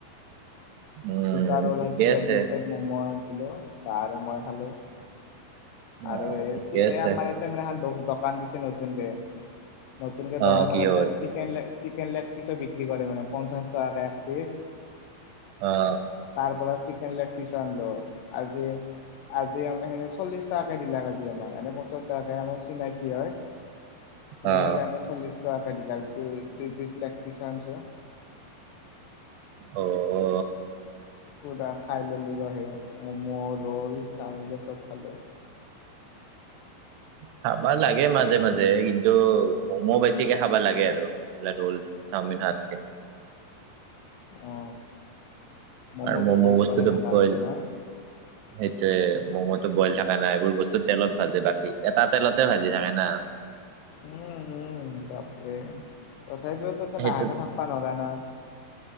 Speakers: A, on the right; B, on the left.
A: উম
B: দুটা ৰ'ল
A: ঠিকে
B: আনিছিলো,
A: আছে
B: দুই প্লেট ম'ম' আনিছিলোঁ বা আৰু মই খালোঁ। আৰু
A: অ
B: এই
A: ঠিকে আছে
B: আমাৰ মানে এ ব দোকান দিছে নতুনকে, নতুনকে
A: অ
B: দোকানখনত
A: কিহৰ
B: মানে চিকেন লে চিকেন লেগ পিচো বিক্ৰী কৰে মানে পঞ্চাশ টকা এক পিচ।
A: অ।
B: তাৰ পৰা চিকেন লেগ পিছ আনলো, আজি আজি চল্লিচ তাকে দিলাক আজি আমাক এনে পঞ্চাশ টাকে আমাৰ চিনাকি হয়, চিনাকী
A: অ',
B: কাৰণে চল্লিশ টকাকে দিলাক দু দুই পিচ লেগ পিছ আনছ।
A: অ অ।
B: পুৰা খাই ললো ৰ ম'ম', ৰোল চাউ চব খালো।
A: খাবা লাগে মাজে মাজে কিন্তু ম'ম' বেছিকে খাবা লাগে আৰু। মানে ৰল চাউমিন হাতকে।
B: অ। ম'ম'টো
A: আৰু মম'
B: বইল
A: বস্তুটো
B: কৰে থকা
A: বইল
B: কাৰণে না
A: সেইটোয়ে ম'ম'টো বইল থাকে না এইবোৰ বস্তু তেলত ভাজে বাকী এটা তেলতে ভাজি থাকে না।
B: উম উম বাপৰে তথাপিও ত
A: সেইটোত
B: নাখাকে থাকবা নোৱাৰা না?